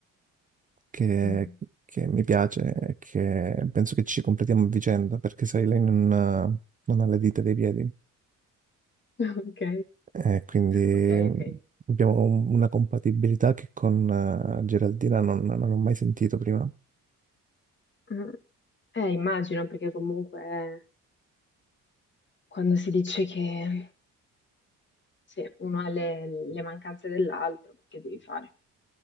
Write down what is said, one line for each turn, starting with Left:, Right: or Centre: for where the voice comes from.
Right: che,
Left: Mm.
Right: che mi piace e che penso che ci completiamo a vicenda, perché sai, lei non, non ha le dita dei piedi.
Left: <laughs> Ok,
Right: E quindi
Left: ok,
Right: mh,
Left: ok.
Right: abbiamo un- una compatibilità che con eh, Geraldina non, non ho mai sentito prima.
Left: Mm. Eh, immagino, perché comunque quando si dice che se uno ha le, le mancanze dell'altro, che devi fare?